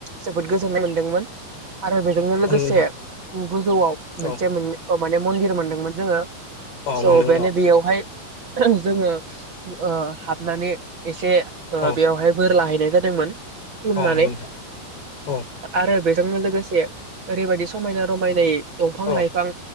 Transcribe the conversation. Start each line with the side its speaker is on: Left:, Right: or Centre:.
Right: जोबोद गोजोननाय मोनदोंमोन आरो बेजोंनो
Left: औ
Right: लोगोसे
Left: नंगौ नोंथां
Right: गोजौआव मोनसे
Left: औ
Right: मोन खो माने मन्दिर मोनदोंमोन जोङो।
Left: औ
Right: स'
Left: मोनदोंमोन
Right: बेनो
Left: औ
Right: बेयावहाय जोङो ओ हाबनानै एसे ओ
Left: औ
Right: बेयावहाय बोर लाहैैनाय जादोंमोन खुलुमनानै
Left: औ नंगौ नोंथां औ
Right: आरो बेजोंनो लोगोसे ओरैबायदि समायना रमायनाय दंफां
Left: औ
Right: लाइफां